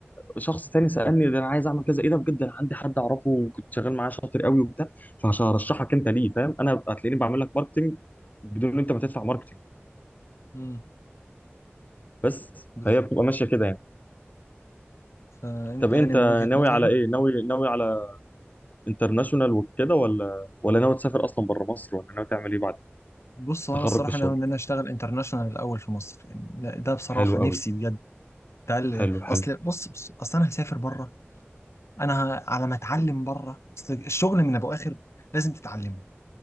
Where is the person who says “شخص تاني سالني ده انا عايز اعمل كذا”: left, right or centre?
Left